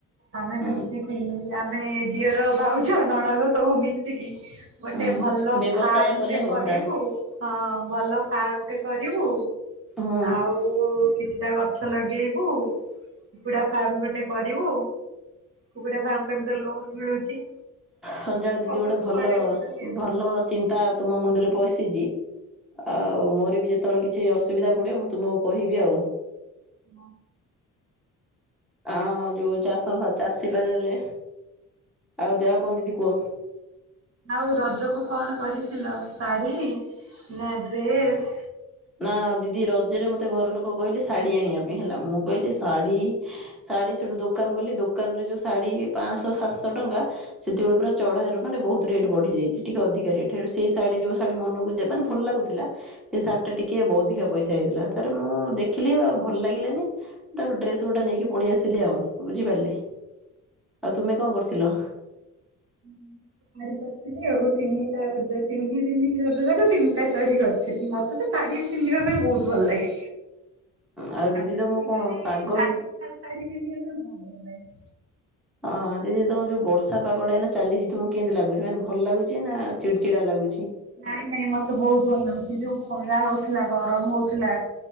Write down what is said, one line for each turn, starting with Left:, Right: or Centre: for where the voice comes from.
Right: ଆମେ
Centre: ହୁଁ
Right: ମିଶିକି ଆମେ ଦିଅର ଭାଉଜ ନଣକ ସବୁ ମିଶିକି ଗୋଟେ
Centre: ହୁଁ
Right: ଭଲ
Centre: ବ୍ୟବସାୟ
Right: ଫାର୍ମଟେ
Centre: କଲେ ହୁଅନ୍ତା
Right: କରିବୁ ହଁ ଭଲ ଫାର୍ମ ଟେ କରିବୁ
Centre: ହୁଁ
Right: ଆଉ କିଛିଟା ଗଛ ଲଗେଇବୁ କୁକୁଡ଼ା ଫାର୍ମ ଗୋଟେ କରିବୁ କୁକୁଡା ଫାର୍ମ ପାଇଁ ତ ଲୋନ୍ ମିଳୁଛି।
Centre: ହଁ ଯାଅ ଦିଦି
Right: ଭାବୁଛୁ
Centre: ଗୋଟେ ଭଲ
Right: କରିବୁ ବୋଲି
Centre: ଭଲ ଚିନ୍ତା ତୁମ ମୁଣ୍ଡରେ ପଇସା ଆଉ ମୋର ବି ଯେତେବେଳେ କିଛି ଅସୁବିଧା ପଡିବ ମୁଁ ତୁମକୁ କହିବି ଆଉ।
Right: ହ।
Centre: ଆଣ ଯୋଉ ଚାଷ ଚାଷୀ ବାଜରେ ଆଉ ଦେହଉ କୁହ ଦିଦି କୁହ?
Right: ଆଉ ରଜକୁ କଣ କରିଥିଲ ଶାଢୀ ନା ଡ୍ରେସ?
Centre: ନା ଦିଦି ରଜରେ ମତେ ଘର ଲୋକ କହିଲେ ଶାଢୀ ଆଣିବା ପାଇଁ ହେଲା ମୁଁ କହିଲି ଶାଢୀ ଶାଢୀ ସେଠୁ ଦୋକାନ ଗଲି ଦୋକାନରେ ଯୋଉ ଶାଢୀ ପାଞ୍ଚଶହ ସାତଶହ ଟଙ୍କା ସେତବେଳେ ପୁରା ଚଢର ମାନେ ରେଟ ବଢି ଯାଇଛିି ଟିକେ ଅଧିକା ରେଟ ସେ ଶାଢ଼ୀ ଯଉ ଶାଢ଼ୀ ମନକୁ ଯା ମାନେ ଭଲ ଲାଗୁଥିଲା ସେ ଟିକେ ଅଧିକା ପଇସା ହେଇଥିଲା। ତରେ ମୁଁ ଦେଖିଲି ଆଉ ଭଲ ଲାଗିଲାନି ତାକୁ ଡ୍ରେସ ଗୁଟା ନେଇକି ପଳେଇ ଆସିଲି ଆଉ ବୁଝିପାରିଲି ଆଉ ତୁମେ କଣ କରୁଥିଲ?
Right: ହୁଁ। ର କରିଥିଲି ଆଉ ତିନିଟା ତିନି ଦିନି ରଜ ଯାକ ତିନିଟା ଶାରୀ କରିଥିଲି ମତେ ତ ଶାଢୀ ପିନ୍ଧିବା ପାଇଁ ବହୁତ ଭଲ ଲାଗେ।
Centre: ଆଉ
Right: ଆ
Centre: ଦିଦି
Right: ଶାଢୀ
Centre: ତମକୁ କଣ
Right: ପିନ୍ଧିବା
Centre: ପାଗ
Right: ପାଇଁ ବହୁତ ଭଲ ଲାଗେ।
Centre: ହଁ। ଯେ ତମ ଯେଉଁ ବର୍ଷା ପାଗଟା ଏ ନା ଚାଲିଛିି ମୁଁ କେମିତି ଲାଗୁଛି ମାନେ ଭଲ ଲାଗୁଛି ନା ଚିଡ଼ଚିଡ଼ା ଲାଗୁଛି।
Right: ନାଇଁ ନାଇଁ ମତେ ବହୁତ ବଲସି ଥଣ୍ଡା ହଉଥିଲା ଗରମ ହଉଥିଲା